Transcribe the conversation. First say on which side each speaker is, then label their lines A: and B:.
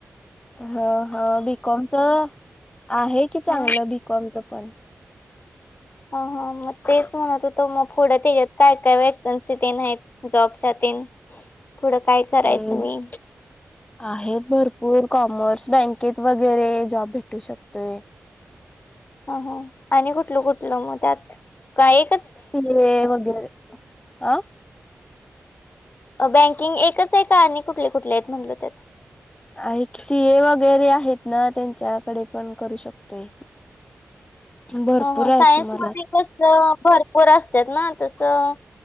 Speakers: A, on the left; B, on the left.
A: हा हा बिकॉमच आहे की
B: हा
A: चांगलं बीिकॉमच पण
B: हा हा मग तेच म्हणत होतो मग पुढच्यात काय काय वेकन्सी देण जॉबच्याात पुथडं काय करायचं
A: अम
B: मी
A: आहेत भरपूर कॉमर्स बँकेत वगैरे जॉब भेटू शकतोय
B: ह आणि कुठलं कुठलं मग त्यात काय
A: सीर वगैरे हह
B: बँकिंग एकच आहे का आणि कुठले कुठले आहेत म्हणलो त्यात
A: आहे सी ए वगैरे आहेत ना त्यांच्याकडे पण करू शकते भरपूर
B: ह ह
A: आहेत
B: सायन्समध्ये
A: त मला
B: भरपूर असतात ना तसं